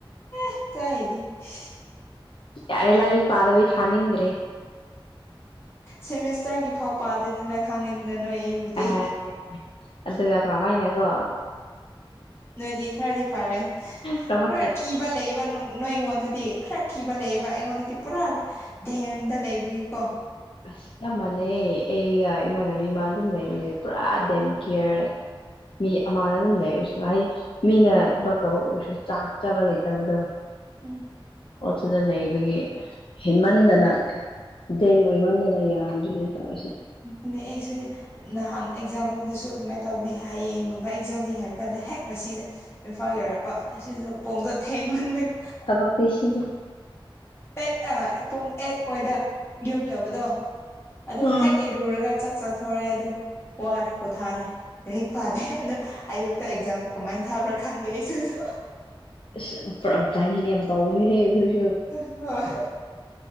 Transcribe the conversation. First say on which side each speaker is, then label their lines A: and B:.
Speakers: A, on the left; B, on the left.
A: <unintelligible>
B: ꯌꯥꯔꯦ ꯂꯥꯏꯔꯤꯛ ꯄꯥꯗꯕꯤ ꯊꯥꯅꯤꯡꯗ꯭ꯔꯦ
A: ꯁꯦꯃꯦꯁꯇꯔꯒꯤ ꯐꯥꯎ ꯄꯥꯗꯦꯗꯅ ꯈꯪꯉꯤꯗꯅ ꯅꯣꯏ ꯑꯩ ꯕꯨꯗꯤ
B: ꯑꯦ ꯑꯗꯨꯒ ꯀꯔꯝꯃꯥꯏꯅꯀꯣ
A: ꯅꯣꯏꯗꯤ ꯈꯔꯗꯤ ꯐꯔꯦ
B: ꯀꯔꯝꯍꯥꯏꯅ
A: ꯈꯔ ꯀꯤꯕ ꯂꯩꯕ ꯅꯣꯏ ꯑꯩꯉꯣꯟꯗꯗꯤ ꯈꯔ ꯀꯤꯕ ꯂꯩꯌꯦꯕ ꯑꯩꯉꯣꯟꯗꯗꯤ ꯄꯨꯔꯥ ꯗꯦꯝꯗ ꯂꯩꯕꯒꯤꯀꯣ
B: ꯑꯁ ꯆꯞ ꯃꯥꯟꯅꯩ ꯑꯩꯒ ꯏꯃꯥꯟꯅꯕꯤ ꯃꯥ ꯗꯨꯝ ꯂꯩꯕꯅꯦ ꯄꯨꯔꯥ ꯗꯦꯝ ꯀꯤꯌ꯭ꯔ ꯃꯤ ꯑꯃꯅ ꯗꯨꯝ ꯂꯩꯔꯁꯨ ꯍꯥꯏꯗꯤ ꯃꯤꯅ ꯊꯕꯛ ꯇꯧ ꯑꯣꯏꯔꯁꯨ ꯆꯥꯛ ꯆꯥꯕ ꯂꯩꯇꯕꯗꯣ
A: ꯎꯝ
B: ꯑꯗꯨꯗ ꯂꯩꯕꯒꯤ ꯍꯤꯟꯃꯟꯗꯅ ꯗꯦꯝ ꯑꯣꯏꯃꯟꯗꯅ ꯌꯥꯗ꯭ꯔꯤꯅꯦ ꯇꯧꯔꯤꯁꯦ
A: <unintelligible> ꯑꯩꯁꯨꯅꯦ ꯅꯍꯥꯟ ꯑꯦꯛꯖꯥꯝꯗꯁꯨ ꯑꯗꯨꯃꯥꯏꯅ ꯇꯧꯅꯤ ꯍꯌꯦꯡꯒꯨꯝꯕ ꯑꯦꯛꯖꯥꯝꯅꯤ ꯍꯥꯏꯕ ꯀꯥꯟꯗ ꯍꯦꯛ ꯉꯁꯤꯗ ꯏꯝꯐꯥꯜ ꯌꯧꯔꯛꯄ ꯑꯁꯤꯗꯣ ꯄꯣꯡꯗꯣ ꯊꯦꯡꯃꯟꯕꯒꯤ
B: ꯊꯕꯛ <unintelligible>
A: ꯄꯦꯠ ꯑꯥ ꯄꯨꯡ ꯑꯦꯠ ꯋꯥꯏꯗ ꯌꯨꯝ ꯌꯧꯕꯗꯣ ꯑꯗꯨ
B: ꯑꯥ
A: ꯍꯦꯛ ꯔꯒ ꯆꯥꯛ ꯆꯥꯊꯣꯔꯦ ꯑꯗꯣ ꯋꯥꯔꯦ ꯄꯣꯊꯥꯔꯦ ꯂꯥꯏꯔꯤꯛ ꯄꯥꯗꯦ ꯑꯗꯣ ꯑꯌꯨꯛꯇ ꯑꯦꯛꯖꯥꯝ ꯀꯃꯥꯏꯅ ꯊꯥꯕ꯭ꯔꯥ ꯈꯪꯗꯦ ꯑꯩꯁꯨꯁꯨ
B: ꯑꯁ <unintelligible>
A: <unintelligible>